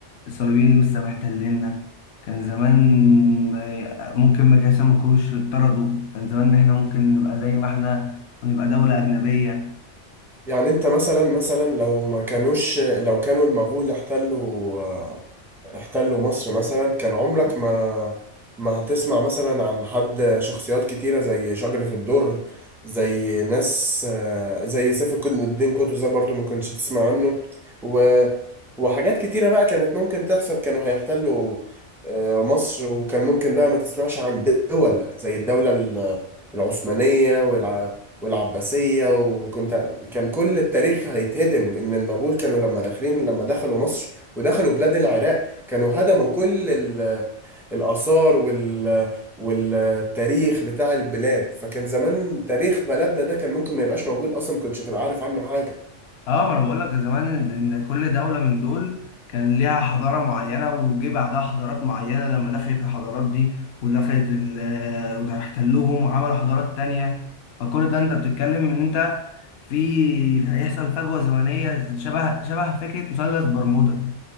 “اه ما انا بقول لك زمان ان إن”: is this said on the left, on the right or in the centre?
Left